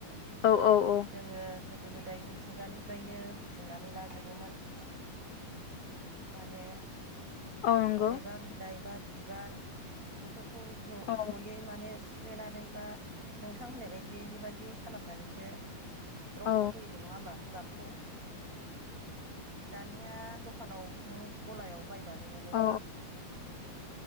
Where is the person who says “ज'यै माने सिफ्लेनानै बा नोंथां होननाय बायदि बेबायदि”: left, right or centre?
Right